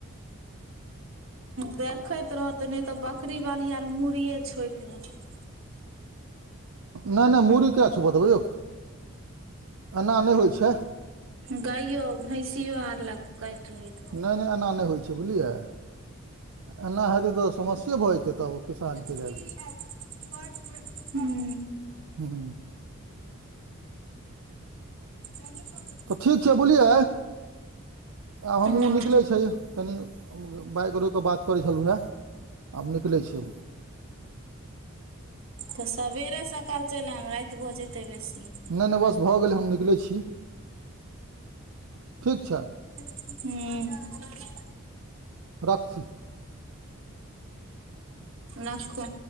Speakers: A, on the right (about 65°); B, on the right (about 85°).
A: देखैत रहतै नै तऽ बकरीवाली आर मुड़िये छोएप लते।
B: नै नै मुरी किया छौपै दबै यौ, एना नै होइ छै।
A: गाइयो भैंसियो आर ले काइट लैत।
B: नहि नहि एना नहि होइ छै बुझलियै एना हेतै तऽ समस्ये भऽ जेतै तब किसानके
A: <unintelligible>
B: लेल
A: हूँ।
B: हूं।
A: भाइजी कहा छै।
B: तऽ ठीक छै बुलियए आब हमहूँ
A: हँ
B: निकलै छीये कनि हम बाइक रोक कऽ बात करै छलू हें आब निकलै छीयै हम।
A: तऽ सबेरे सकाल चैल आईब राएत भऽ जेतै बेसी।
B: नै नै बस भ गेले हम निकलै छी, ठीक छैय।
A: हूं।
B: रख छी।
A: रक्खू।